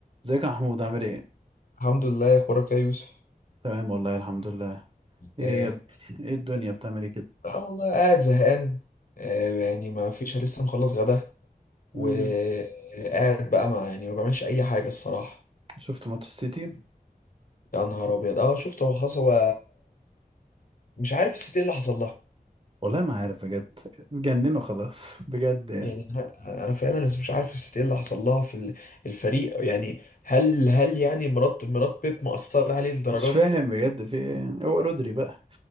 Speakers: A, on the right; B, on the left.
A: ازيك يا محمود عامل ايه؟
B: الحمد لله اخبارك إيه يا يوسف
A: تمام والله الحمد لله ايه
B: آه,
A: يا ب... ايه الدنيا بتعمل ايه كده؟
B: اه والله قاعد زهقان آه يعني ما فيش لسه مخلص غدا وقاعد
A: مم.
B: بقى ما يعني ما بعملش اي حاجه الصراحه
A: شفت ماتش السيتي؟
B: يا نهار ابيض اه شفت هو خلاص هو مش عارف الست ايه اللي حصل لها
A: والله ما عارف بجد اتجننوا خلاص <laughs> بجد يعني
B: يعني انا انا فعلا لسه مش عارف الست ايه اللي حصل لها في ال- الفريق يعني هل هل يعني مرات مرات بيب مأثره عليه للدرجه
A: مش فاهم
B: دي
A: بجد في ايه يعني هو رودري بقى